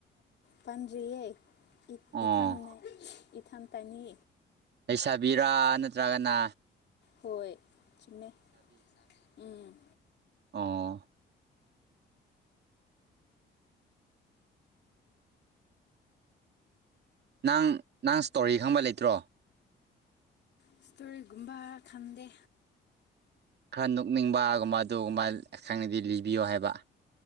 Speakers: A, on the left; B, on the right.
A: ꯄꯥꯟꯗ꯭ꯔꯤꯌꯦ
B: ꯑꯣ
A: ꯏꯊ ꯏꯊꯟ ꯇꯅꯤ
B: ꯁꯥꯕꯤꯔꯥ ꯅꯠꯇ꯭ꯔꯒꯅ
A: ꯍꯣꯏ ꯁꯤꯃꯦ ꯎꯝ
B: ꯑꯥ ꯅꯪ ꯅꯪ ꯏꯁꯇꯣꯔꯤ ꯈꯪꯕ ꯂꯩꯇ꯭ꯔꯣ
A: ꯏꯁꯇꯣꯔꯣꯔ ꯨꯨꯝꯕꯥ ꯈꯥꯟꯗꯦ
B: ꯈꯔ ꯅꯣꯛꯅꯤꯡꯕꯒꯨꯝꯕ ꯑꯗꯨꯒꯨꯝꯕ ꯈꯪꯅꯗꯤ ꯂꯤꯕꯤꯌꯣ ꯍꯥꯏꯕ